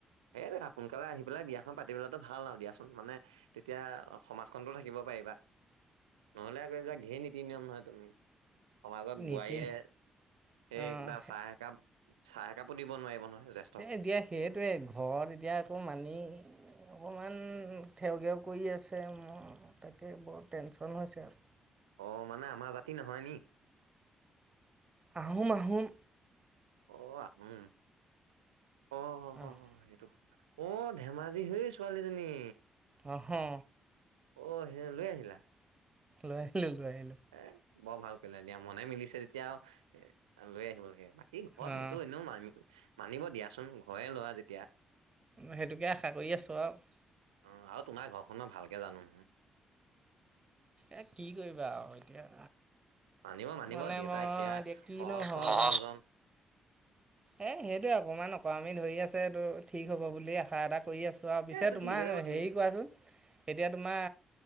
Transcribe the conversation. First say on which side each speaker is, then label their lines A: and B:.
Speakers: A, on the right; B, on the right.
A: সেইটো আৰু সোনকালে আহি পেলাই বিয়াখন পাতি পেলোৱাটো ভাল আৰু দিয়াচোন। মানে তেতিয়া সমাজখনতো থাকিব পাৰিবা। নহলে আকৌ এইবিলাক ঢেৰ নীতি নিয়ম নহয়। তুমি সমাজত
B: নীতি
A: বোৱাৰীয়ে সেই
B: অঁ
A: কিবা চাহ একাপ চাহ একাপো দিব নোৱাৰিব নহয়। য <unintelligible>
B: এই এতিয়া সেইটোৱে ঘৰত এতিয়া আকৌ মানি অকণমান ঠেউঘেও কৰি আছে মোৰ তাকে বৰ টেশ্যন হৈছে আৰু।
A: অ' মানে আমাৰ জাতি নহয় নি?
B: আহোম আহোম।
A: অ' আহোম অ'
B: আহ
A: সেইটো অ'। ধেমাজিৰ হেই ছোৱালীজনী?
B: ওহু।
A: অ' হেই লৈ আহিলা?
B: লৈ আহিলো লৈ আহিলো।
A: এ বৰ ভাল কৰিলা দিয়া, মনে মিলিছে তেতিয়া এ লৈ আহিব লাগে। হেই ঘৰত
B: অঁ
A: সেইটো এনেও মান মানিব দিয়াচোন ঘৰৰে ল'ৰা যেতিয়া।
B: সেইটোকে আশা কৰি আছোঁ আৰু।
A: অ' আৰু তোমাৰ ঘৰখন মই ভালকে জানো নহয়।
B: এ কি কৰিবা আৰু এতিয়া?
A: মানিব মানিব
B: মানে
A: দেউতাই
B: মই
A: সেয়া
B: এতিয়া কিনো
A: সহজ
B: হয়।
A: সৰল মানুহজন
B: এ সেইটোৱে অকমান অকৰামি ধৰি আছে, এইটো ঠিক হ'ব বুলিয়ে আ শা এটা কৰি আছোঁ আৰু পিছে
A: এ এইটো
B: তোমাৰ
A: ঠিক হৈ যাব ঠিক
B: হেৰি কৰাচোন এতিয়া তোমাৰ